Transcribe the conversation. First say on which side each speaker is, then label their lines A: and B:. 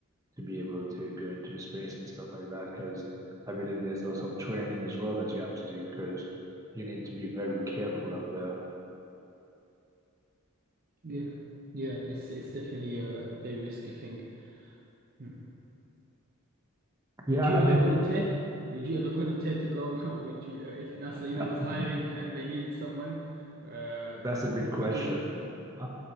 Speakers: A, on the right (about 15°); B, on the right (about 45°).
A: to be able to go into space and stuff like that, because I believe there's lots of training as well that you have to do, because you need to be very careful up there.
B: Yeah, yeah, it's it's definitely a very risky thing. Hmm. Would
A: Yeah,
B: you
A: I
B: ever
A: mean,
B: volunteer? Would you ever volunteer to go? <laughs> Would you, uh, if NASA,
A: <laughs>
B: you know, was hiring and they needed someone, uh,
A: that's
B: what
A: a good question.
B: would you think?
A: Uh,